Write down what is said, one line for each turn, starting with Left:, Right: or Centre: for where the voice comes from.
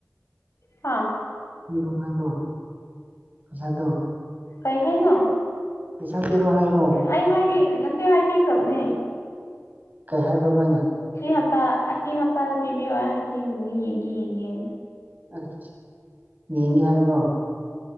Left: ꯍꯥꯥ
Right: ꯄꯤꯔꯣ ꯍꯥꯏꯔꯣ ꯄꯩꯁꯥꯗꯣ
Left: ꯀꯩ ꯍꯥꯏꯅꯣ
Right: ꯄꯩꯁꯥ ꯄꯤꯔꯣ ꯍꯥꯏꯔꯣ
Left: ꯑꯩ ꯍꯥꯏꯗꯤ ꯉꯁꯥꯢ ꯍꯥꯏꯕꯤꯈ꯭ꯔꯕꯅꯦ
Right: ꯀꯩ ꯍꯥꯏꯕ꯭ꯔꯥ ꯃꯣꯏꯅ
Left: ꯁꯤ ꯍꯞꯇꯥ ꯑꯁꯤ ꯍꯞꯇꯥꯗ ꯄꯤꯕꯤꯌꯣ ꯍꯥꯏꯈꯤꯕꯅꯦ ꯌꯦꯡꯒꯦ ꯌꯦꯡꯒꯦ ꯌꯦ
Right: ꯑꯥ ꯌꯦꯡꯉꯦ ꯍꯥꯏꯕ꯭ꯔꯣ